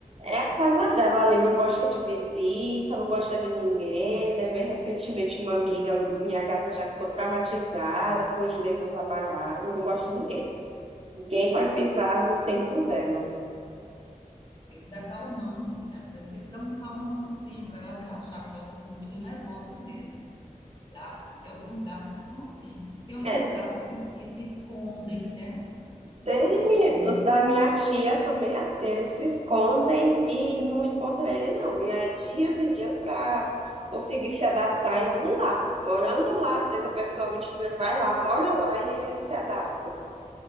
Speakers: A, on the right; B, on the left.
A: É a casa dela ali, não gosta de visita, não gosta de ninguém, né? Bem recentemente, uma amiga, minha gata já ficou traumatizada, com os nervos abalados, não gosta de ninguém. Ninguém pode pisar no tempo dela.
B: tem que dar calmante, né? Às vezes tem que dar um calmantezinho para ela relaxar, porque elas ficam muito nervosas mesmo. Os gatos, né? Tem alguns gatos que são assim. Tem alguns
A: É,
B: gatos que, que se escondem, né?
A: tem,
B: Na parede.
A: os da minha tia são bem assim, eles se escondem e não encontram ele, não. E é dias e dias para conseguir se adaptar e olha lá. Morando lá, às vezes a pessoa um dia vai lá, mora lá e ele não se adapta.